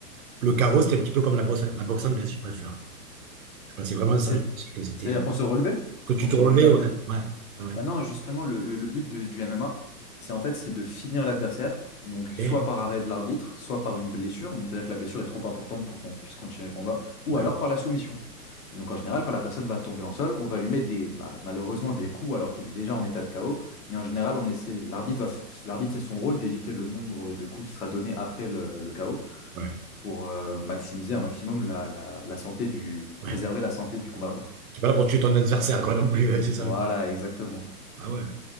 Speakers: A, on the right; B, on the left.
A: le chaos, c'était un petit peu comme la boxe, la boxe anglaise, si je préfère. Je pensais vraiment ça.
B: C'est-
A: Je pensais que c'était,
B: C'est-à-dire
A: euh,
B: qu'on se relevait?
A: que tu
B: On
A: te
B: se
A: relevais,
B: relevait après
A: ouais.
B: le
A: Ouais. ouais,
B: Bah non, justement, le, le- le but de- du MMA, c'est en fait c'est de finir l'adversaire, donc
A: Ok.
B: soit par arrêt de l'arbitre, soit par une blessure, donc c'est-à-dire que la blessure est trop importante pour qu'on puisse continuer le combat, ou
A: Ouais.
B: alors par la soumission. Et donc en général, quand la personne va tomber en sol, on va lui mettre des, bah, malheureusement des coups alors qu'il est déjà en état de KO, mais en général, on essaie, l'arbitre va, f- l'arbitre, c'est son rôle d'éviter le nombre de coups qui sera donné après le, le KO
A: Ouais.
B: pour euh, maximiser un maximum la, la la santé du,
A: Ouais.
B: préserver la santé du combattant.
A: T'es pas là pour tuer ton adversaire, quoi, non plus, ouais, c'est ça.
B: Voilà, exactement.
A: Ah ouais. ouais.